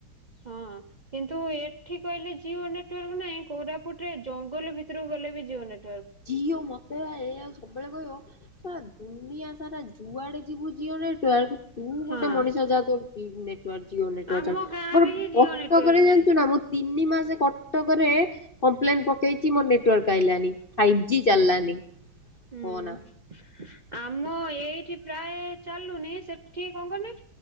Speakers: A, on the right; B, on the left.
A: ହଁ କିନ୍ତୁ ଏଠିକି। କି ଆଇଲେ ଜିଓ ନେଟ ୱର୍କ ନାଇଁ କୋରାପୁଟରେ ଜଙ୍ଗଲ ଭିତରକୁ ଗଲେ ବି ଜିଓ ନେଟ।
B: ଯିଓ‌ ମତେ ବା ଏଇଆ ସବୁବେଳେ କହିବ ସାଳା ଦୁନିଆ ସାରା। ଯୁଆଡେ ଯିବୁ ଝିଓ ନେଟୱର୍କ ତୁ ଗୋଟେ
A: ହଁ
B: ମଣିଷ ଯାହା ତୋ ନେ ଅଜିବନେଟୱର୍କ ମୋନେ କଟକ
A: ଆମ ଗାଁ ରେ ହିଁ ଜିଓ ନେଟୱାର୍କ
B: ରେ
A: ନାହିଁ।
B: ଜାଣିୁଚୁ ନା। ତିନି ମାସ କଟକରେ କମ୍ପ୍ଲେନ ପକେଇଛି ମୋର ନେଟୱାର୍କ ଆଇଲାନି। ଫାଇଭ୍ ଜି ଚାଲିଲାନି।
A: ହୁଁ।
B: କହନା।
A: ଆମ ଏଇଠି ପ୍ରାୟ ଚାଲୁନି ସେଠି କଁ କହନି।